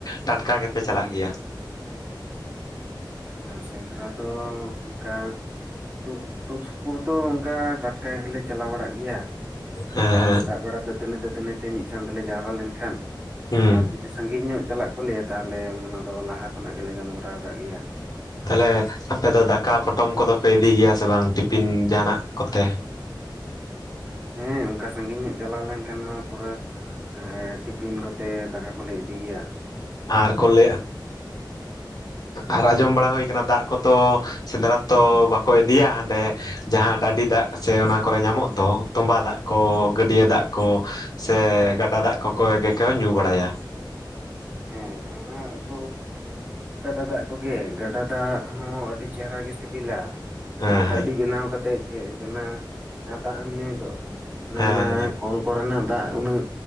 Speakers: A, on the left; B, on the right.
A: ᱴᱟᱴᱠᱟ ᱜᱮᱯᱮ ᱪᱟᱞᱟᱜ ᱜᱮᱭᱟ᱾
B: ᱥᱮᱸᱫᱽᱨᱟ ᱫᱚ ᱚᱱᱠᱟ ᱥᱩᱨ‌ ᱥᱩᱨ ᱥᱩᱯᱩᱨ᱾ ᱛᱚ ᱚᱱᱠᱟ ᱴᱟᱴᱠᱟ ᱜᱮᱞᱮ ᱪᱟᱞᱟ ᱵᱟᱲᱟᱜ ᱜᱮᱭᱟ
A: ᱦᱮᱸ
B: ᱥᱮᱛᱟᱜ ᱵᱮᱲᱟ ᱫᱟᱹᱛᱟᱹᱱᱤ ᱫᱟᱹᱛᱟᱹᱱᱤ ᱛᱮ ᱢᱤᱫ ᱥᱟᱶ ᱛᱮᱞᱮ ᱡᱟᱣᱨᱟ ᱞᱮᱱᱠᱷᱟᱱ
A: ᱦᱩᱸ
B: ᱟᱨ᱾ ᱡᱩᱫᱤ ᱥᱟᱺᱜᱤᱧ ᱧᱚᱜ ᱪᱟᱞᱟᱜ ᱠᱚ ᱞᱟᱹᱭᱟ ᱛᱟᱦᱚᱞᱮ ᱚᱱᱟ ᱫᱚ ᱞᱟᱦᱟ ᱠᱷᱚᱱᱟᱜ ᱜᱮᱞᱮ ᱜᱟᱞᱢᱟᱨᱟᱣ ᱟᱠᱟ ᱜᱮᱭᱟ᱾
A: ᱛᱟᱦᱚᱞᱮ ᱟᱯᱮ ᱫᱚ ᱫᱟᱠᱟ ᱯᱚᱴᱚᱢ ᱠᱚᱫᱚ ᱯᱮ ᱤᱫᱤ ᱜᱮᱭᱟ ᱥᱮ ᱵᱟᱝ ᱴᱤᱯᱤᱱ ᱡᱟᱦᱱᱟᱜ ᱠᱚᱛᱮ᱾
B: ᱦᱮᱸ ᱚᱱᱠᱟ ᱥᱟᱺᱟᱹᱜᱤᱧ ᱧᱚᱜ ᱪᱟᱞᱟᱣ ᱞᱮᱱᱠᱷᱟᱱ ᱢᱟ ᱯᱩᱨᱟ᱾ ᱮ ᱴᱤᱯᱷᱤᱱ ᱠᱚᱛᱮ ᱫᱟᱠᱟ ᱠᱚᱞᱮ ᱤᱫᱤ ᱜᱮᱭᱟ᱾
A: ᱟᱨ ᱠᱚ ᱞᱟᱹᱭᱼᱟ ᱟᱨ ᱟᱸᱡᱚᱢ ᱵᱟᱲᱟ ᱦᱩᱭ ᱟᱠᱟᱱᱟ ᱫᱟᱜ ᱠᱚ ᱛᱚ ᱥᱮᱸᱫᱽᱨᱟ ᱛᱚ ᱵᱟᱠᱚ ᱤᱫᱤᱭᱟ ᱦᱟᱸᱰᱮ᱾ ᱡᱟᱦᱟᱸ ᱰᱟᱹᱰᱤ ᱫᱟᱜ ᱥᱮ ᱚᱱᱟ ᱠᱚᱨᱮ ᱧᱟᱢᱚᱜ ᱫᱚ ᱛᱚᱸᱵᱟ ᱫᱟᱜ ᱠᱚ ᱜᱟᱹᱰᱭᱟᱹ ᱫᱟᱜ ᱠᱚ ᱥᱮ ᱜᱟᱰᱟ ᱫᱟᱜ ᱠᱚᱠᱚ ᱜᱮᱠᱚ ᱧᱩ ᱵᱟᱲᱟᱭᱟ᱾
B: ᱦᱮᱸ ᱚᱱᱟ ᱦᱚᱸ ᱜᱟᱰᱟ ᱫᱟᱜ ᱠᱚᱜᱮ ᱜᱟᱰᱟ ᱫᱟᱜ ᱦᱚᱸ ᱟᱹᱰᱤ ᱪᱮᱦᱨᱟ ᱜᱮ ᱥᱤᱵᱤᱞᱟ᱾
A: ᱦᱮᱸ
B: ᱚᱱᱟ
A: ᱦᱮᱸ
B: ᱰᱟᱹᱰᱤ ᱵᱮᱱᱟᱣ ᱠᱟᱛᱮᱜ ᱡᱟᱦᱟᱸ ᱫᱟᱜ ᱮᱢ ᱧᱩᱭ ᱫᱚ
A: ᱦᱮᱸ
B: ᱚᱱᱟ
A: ᱦᱮᱸ
B: ᱠᱚᱞ᱾ ᱠᱚᱨᱮᱱᱟᱜ ᱫᱟᱜ ᱩᱱᱟᱹᱜ